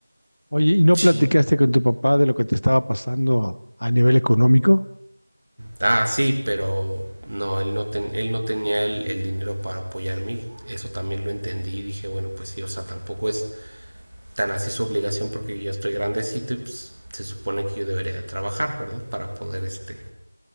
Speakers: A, on the left; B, on the right.
A: Oye, ¿y no
B: chin.
A: platicaste con tu papá de lo que te estaba pasando a nivel económico?
B: Ah, sí, pero no, él no, ten, él no tenía el, el dinero para apoyarme. Eso también lo entendí y dije, bueno, pues sí, o sea, tampoco es tan así su obligación porque yo ya estoy grandecito y pues se supone que yo debería trabajar, ¿verdad? Para poder este...